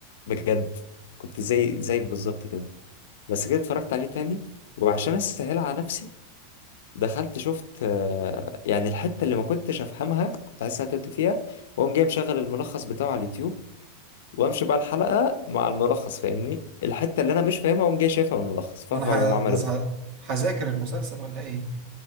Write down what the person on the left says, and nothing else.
بجد كنت زي زيك بالظبط كده بس كده اتفرجت عليه تاني وعشان اسهلها على نفسي دخلت شفت آه، يعني الحته اللي ما كنتش افهمها كنت عايز انا توت فيها واقوم جاي مشغل الملخص بتاعه على اليوتيوب وامشي بقى الحلقه مع الملخص فاهمني الحته اللي انا مش فاهمها واقوم جاي شايفها من الملخص فاهم
هم
عملوا